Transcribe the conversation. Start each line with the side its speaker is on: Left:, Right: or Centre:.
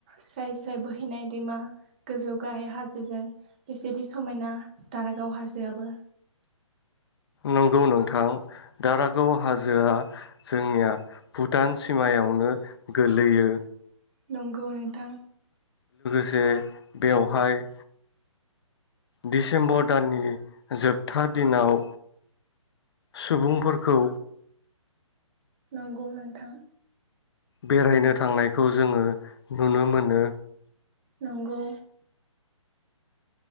Right: स्राय स्राय बोहैनाय दैमा गोजौ गाहाय हाजोजों बेसेदि समायना दारागाव हाजोआबो।
Left: नंगौ नोंथां। दारागाव हाजोआ जोंनिया भुटान सिमायावनो गोलैयो।
Right: नंगौ नोंथां।
Left: जे बेवहाय दिसेम्बर दाननि जोबथा दिनाव सुबुंफोरखौ
Right: नंगौ नोंथां
Left: बेरायनो थांनायखौ जोङो नुनो मोनो।
Right: नंगौ।